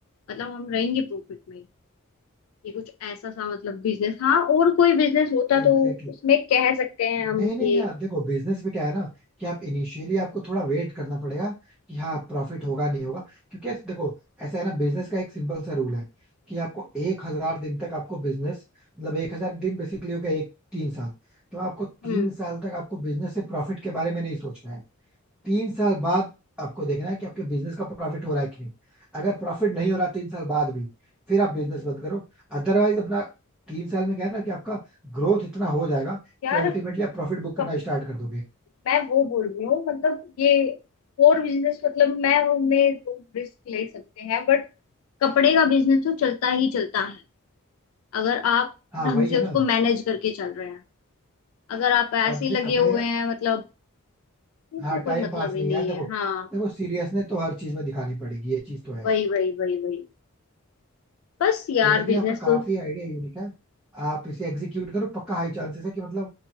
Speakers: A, on the left; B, in the centre.
A: मतलब हम रहेंगे प्रॉफिट में ये कुछ ऐसा सा मतलब बिजनेस हाँ और कोई बिजनेस होता
B: एग्जैक्टली
A: तो उसमें कह सकते हैं
B: नहीं
A: हम
B: नहीं
A: कि
B: यार देखो बिजनेस में क्या है ना कि आप इनिशियली आपको थोड़ा वेट करना पड़ेगा कि हाँ प्रॉफिट होगा नहीं होगा क्योंकि ऐसे- देखो ऐसा है ना बिजनेस का एक सिंपल सा रूल है कि आपको एक हजार दिन तक आपको बिजनेस मतलब एक हजार दिन बेसिकली हो गया एक तीन साल तो आपको तीन
A: हम्म
B: साल तक आपको बिजनेस से प्रॉफिट के बारे में नहीं सोचना है तीन साल बाद आपको देखना है कि आपके बिजनेस का प्रॉफिट हो रहा है कि नहीं अगर प्रॉफिट नहीं हो रहा तीन साल बाद भी फिर आप बिजनेस बंद करो अदरवाइज अपना तीन साल में क्या है ना कि आपका ग्रोथ इतना हो जाएगा
A: यार
B: कि अल्टीमेटली आप प्रॉफिट बुक करना
A: कब
B: स्टार्ट कर दोगे
A: मैं वो बोल रही हूँ मतलब ये और बिजनेस मतलब मैं उनमें रिस्क ले सकते हैं बट कपड़े का बिजनेस तो चलता ही चलता है अगर आप
B: हाँ
A: ढंग
B: वही
A: से
B: है
A: उसको
B: ना
A: मैनेज करके चल रहे हैं अगर आप
B: और
A: ऐसे
B: जैसे
A: ही लगे
B: कपड़े
A: हुए हैं मतलब ये
B: हाँ
A: तो कोई
B: टाइम
A: मतलब
B: पास
A: ही
B: नहीं
A: नहीं
B: यार देखो
A: है हाँ
B: देखो सीरियसनेस तो हर चीज में दिखानी पड़ेगी ये चीज तो है
A: वही वही वही वही बस यार
B: तो लेकिन
A: बिजनेस
B: आपका काफी
A: तो
B: आइडिया यूनिक है आप इसे एग्जीक्यूट करो पक्का हाई चांसेस है कि मतलब